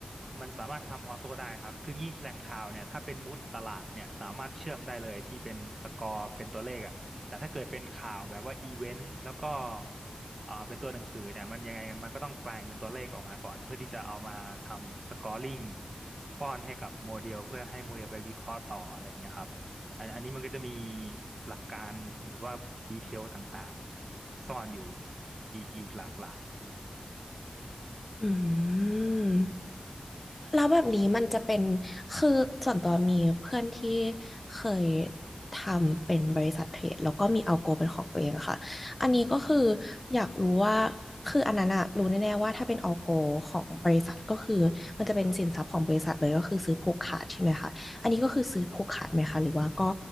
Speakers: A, on the right (about 55°); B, on the left (about 25°).
A: มันสามารถทำออโต้ได้ครับคืองี้แหล่งข่าวเนี่ยถ้าเป็นมูดตลาดเนี่ยสามารถเชื่อมได้เลยที่เป็นสกอร์เป็นตัวเลขอ่ะแต่ถ้าเกิดเป็นข่าวแบบว่าอีเวนต์แล้วก็อ่าเป็นตัวหนังสือเนี่ยมันยังไงมันก็ต้องแปลงเป็นตัวเลขออกมาก่อนเพื่อที่จะเอามาทำสกอร์ลิงป้อนให้กับโมเดลเพื่อให้โมเดลไปวิเคราะห์ต่ออะไรอย่างเงี้ยครับอันอันนี้มันก็จะมีหลักการหรือว่าดีเทลต่างๆซ่อนอยู่อีกอีกอีกหลากหลาย
B: อืมแล้วแบบนี้มันจะเป็นคือส่วนตัวมีเพื่อนที่เคยทำเป็นบริษัทเทรดแล้วก็มีเอาโกเป็นของตัวเองอะค่ะอันนี้ก็คืออยากรู้ว่าคืออันนั้นอะรู้แน่ๆว่าถ้าเป็นเอาโกของบริษัทก็คือมันจะเป็นสินทรัพย์ของบริษัทเลยก็คือซื้อผูกขาดใช่ไหมคะอันนี้ก็คือซื้อผูกขาดไหมคะหรือว่าก็